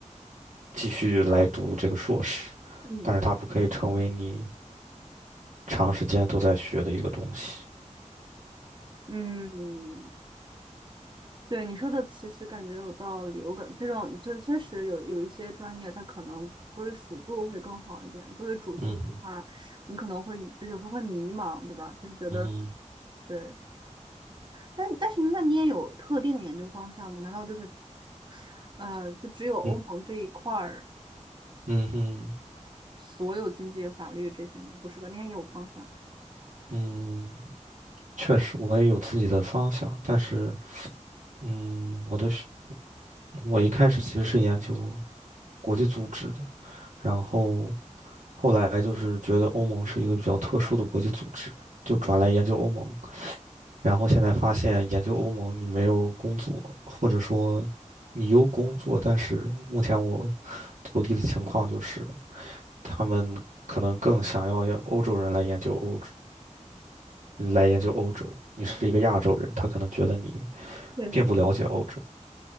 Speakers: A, on the right; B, on the right.
A: 继续来读这个硕士，
B: 嗯
A: 但是它不可以成为你长时间都在学的一个东西。
B: 嗯，对你说的，其实感觉有道理。我感这种这确实有有一些专业，它可能作为辅助会更好一点。作为主修的话，
A: 嗯哼
B: 你可能会就有时候会迷茫，对吧？就是觉得
A: 嗯哼
B: 对，但但是那你也有特定的研究方向吗？难道就是呃，就只有欧盟这一块儿
A: 嗯嗯哼
B: 所有经济、法律这些吗？不是吧？你也有方向。
A: 嗯。确实，我也有自己的方向，但是，嗯，我的是，我一开始其实是研究国际组织的，然后后来就是觉得欧盟是一个比较特殊的国际组织，就转来研究欧盟，然后现在发现研究欧盟你没有工作，或者说你有工作，但是目前我投递的情况就是他们可能更想要要欧洲人来研究欧洲，来研究欧洲，你是一个亚洲人，他可能觉得你
B: 确实。
A: 并不了解欧洲。